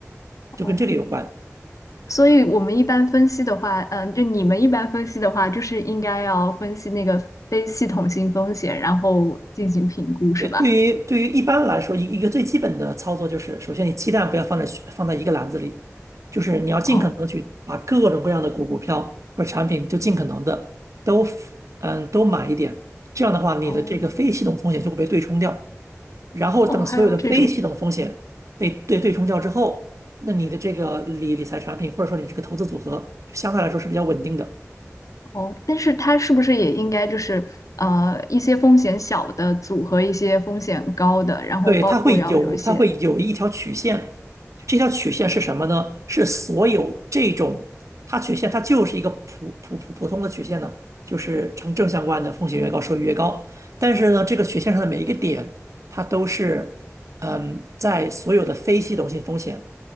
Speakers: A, on the left; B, on the right.
A: 哦，
B: 就跟这个有关。
A: 所以我们一般分析的话，嗯、就你们一般分析的话，就是应该要分析那个非系统性风险，然后进行评估，是吧？
B: 对，对于对于一般来说，一一个最基本的操作就是，首先你鸡蛋不要放在放在一个篮子里，就是你要尽可能的去把各种各样的股股票或者产品就尽可能的都
A: 哦，
B: 嗯都买一点，这样的话你的这个非系统风险就会被对冲掉。
A: 哦，
B: 然后等所有的非系统风险被对对冲掉之后，
A: 哦，还有这种，
B: 那你的这个理理财产品或者说你这个投资组合，相对来说是比较稳定的。
A: 哦，但是它是不是也应该就是呃一些风险小的组合一些风险高的，然后包括要有一些，
B: 对，它会有，它会有一条曲线，这条曲线是什么呢？是所有这种，它曲线它就是一个普普普普通的曲线呢，就是呈正相关的，风险越高收益越高。但是呢，这个曲线上的每一个点，它都是，嗯，在所有的非系统性风险